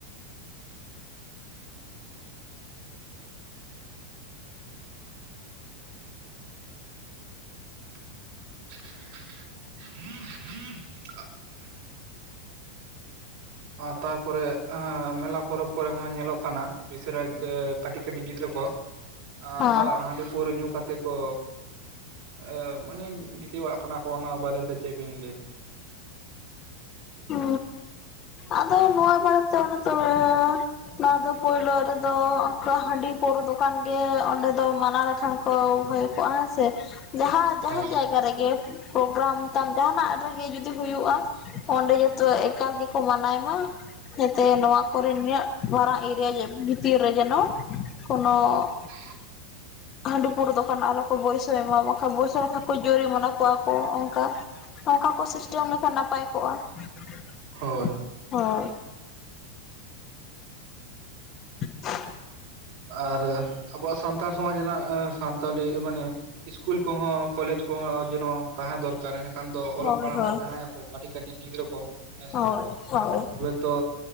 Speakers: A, on the right; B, on the left.
A: <inaudible> <unintelligible> ᱟᱻ ᱛᱟᱨᱯᱚᱨᱮ ᱟᱻ ᱢᱮᱞᱟ ᱯᱚᱨᱚᱵᱽ ᱠᱚᱨᱮ ᱦᱚᱸ ᱧᱮᱞᱚᱜ ᱠᱟᱱᱟ ᱵᱤᱥᱤᱨᱟᱠ ᱜᱮ ᱠᱟᱹᱴᱤᱡ ᱠᱟᱹᱴᱤᱡ ᱜᱤᱫᱽᱨᱟᱹ ᱠᱚ, ᱟᱻ ᱚᱱᱠᱟ
B: ᱦᱮᱸ
A: ᱦᱟᱺᱰᱤ ᱯᱟᱹᱣᱨᱟᱹ ᱧᱩ ᱠᱟᱛᱮᱜ ᱠᱚ, ᱟᱻ ᱢᱟᱱᱮ ᱜᱤᱛᱤᱡ ᱵᱟᱲᱟᱜ ᱠᱟᱱᱟ ᱠᱚ ᱚᱱᱟ ᱵᱟᱨᱮ ᱛᱮ ᱪᱮᱫ ᱵᱤᱱ ᱞᱟᱹᱭ ᱾
B: ᱦᱩᱻ ᱟᱫᱚ ᱱᱚᱣᱟ ᱵᱟᱨᱮ ᱛᱮ ᱚᱱᱮ ᱛᱚᱻ ᱱᱚᱣᱟ ᱫᱚ ᱯᱳᱭᱞᱳ ᱨᱮᱫᱚ ᱚᱱᱠᱟ ᱦᱟᱺᱰᱤ ᱯᱟᱹᱣᱨᱟᱹ ᱫᱚᱠᱟᱱ ᱜᱮ ᱚᱸᱰᱮ ᱫᱚ ᱢᱟᱱᱟ ᱞᱮᱠᱷᱟᱱ, ᱠᱚ ᱦᱳᱭ ᱠᱚᱜᱼᱟ ᱦᱮᱸ ᱥᱮ ᱡᱟᱦᱟᱸ ᱡᱟᱦᱟᱱ
A: ᱦᱳᱭ
B: ᱡᱟᱭ ᱜᱟ ᱨᱮᱜᱮ ᱯᱨᱳᱠᱨᱟᱢ ᱛᱟᱢ ᱡᱟᱦᱟᱱᱟᱜ ᱨᱮᱜᱮ ᱡᱩᱫᱤ ᱦᱩᱭᱩᱜᱼᱟ, ᱚᱸᱰᱮ ᱡᱚᱛᱚ ᱮᱠᱟᱞ ᱜᱮ, ᱠᱚ ᱢᱟᱱᱟᱭ ᱢᱟ ᱡᱟᱛᱮ ᱱᱚᱣᱟ ᱠᱚᱨᱮᱱ ᱱᱤᱱᱟᱹᱜ ᱢᱟᱨᱟᱝ ᱮᱨᱤᱭᱟ ᱵᱷᱤᱛᱤᱨ ᱨᱮ ᱡᱮᱱᱚ, ᱠᱚᱱᱚ,
A: <inaudible>
B: ᱦᱟᱺᱰᱤ ᱯᱟᱹᱣᱨᱟᱹ ᱫᱚᱠᱟᱱ ᱟᱞᱚ ᱠᱚ ᱵᱳᱭᱥᱳᱭ ᱢᱟ ᱵᱟᱠᱷᱟᱱ ᱵᱳᱥᱳᱭ ᱞᱮᱠᱷᱟᱱ ᱠᱚ ᱡᱩᱨᱤᱢᱟᱱᱟ ᱠᱚᱣᱟ ᱠᱚ ᱚᱝᱠᱟ ᱾ ᱚᱝᱠᱟ ᱠᱚ ᱥᱤᱥᱴᱮᱢ ᱞᱮᱠᱷᱟᱱ ᱱᱟᱯᱟᱭ ᱠᱚᱜᱼᱟ ᱾
A: ᱦᱳᱭ
B: ᱦᱳᱭ <inaudible>
A: ᱟᱨ ᱟᱵᱚᱣᱟᱜ ᱥᱟᱱᱛᱟᱲ ᱥᱚᱢᱟᱡᱽ ᱨᱮᱱᱟᱜ ᱥᱟᱱᱛᱟᱞᱤ ᱢᱟᱱᱮ, ᱤᱥᱠᱩᱞ ᱠᱚᱦᱚᱸ ᱠᱚᱞᱮᱡᱽ ᱠᱚᱦᱚᱸ ᱡᱮᱱᱚ‌, ᱛᱟᱦᱮᱸ ᱫᱚᱨᱠᱟᱨ ᱮᱸᱰᱮ ᱠᱷᱟᱱ ᱫᱚ ᱚᱞᱚᱜ
B: ᱦᱳᱭ
A: ᱯᱟᱲᱦᱟᱜ
B: ᱦᱳᱭ
A: ᱠᱚ ᱥᱮᱬᱟᱭᱟᱠᱚ ᱠᱟᱹᱴᱤᱡ ᱠᱟᱹᱴᱤᱡ ᱜᱤᱫᱽᱨᱟᱹ ᱠᱚ ᱦᱮᱸ ᱥᱮ ᱾
B: ᱦᱳᱭᱻ ᱦᱳᱭ
A: ᱛᱚ